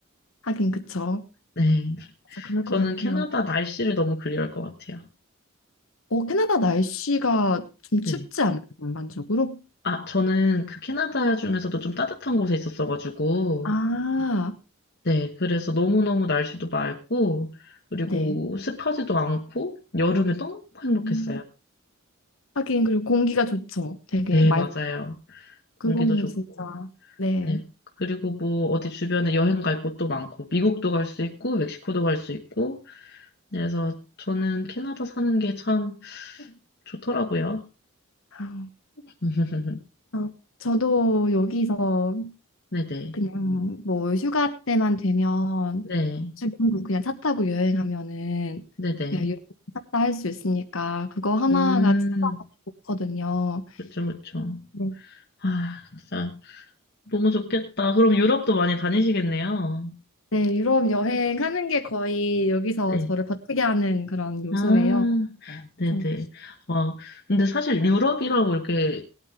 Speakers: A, on the left; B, on the left.
A: 하긴 그쵸.
B: 네.
A: 진짜 그럴 것
B: 저는
A: 같아요.
B: 캐나다 날씨를 너무 그리워할 것 같아요.
A: 어, 캐나다 날씨가 좀 춥지
B: 네.
A: 않아요, 전반적으로?
B: 아, 저는 그 캐나다 중에서도 좀 따뜻한 곳에 있었어가지고,
A: 아,
B: 네. 그래서 너무너무 날씨도 맑고, 그리고
A: 네.
B: 습하지도 않고, 여름에 너무 행복했어요.
A: 음, 하긴 그리고 공기가 좋죠. 되게
B: 네,
A: 맑.
B: 맞아요.
A: 그거는
B: 공기도 좋고,
A: 진짜 네.
B: 네. 그리고 뭐, 어디 주변에 여행 갈 곳도 많고, 미국도 갈 수 있고, 멕시코도 갈 수 있고, 그래서 저는 캐나다 사는 게 참 좋더라고요.
A: 아,
B: <laughs>
A: 어, 저도 여기서
B: 네네.
A: 그냥 뭐 휴가 때만 되면
B: 네.
A: 사국 그냥 차 타고 여행하면은
B: 네네.
A: 그냥 유럽 샀다 할 수 있으니까 그거 하나가
B: 음,
A: 진짜 좋거든요.
B: 그쵸, 그쵸.
A: 네.
B: 아, 진짜 너무 좋겠다. 그럼 유럽도 많이 다니시겠네요.
A: 네, 유럽 여행하는 게 거의 여기서
B: 네.
A: 저를 버티게 하는 그런 요소예요.
B: 아, 네네.
A: 그래서,
B: 어 근데 사실 유럽이라고 이렇게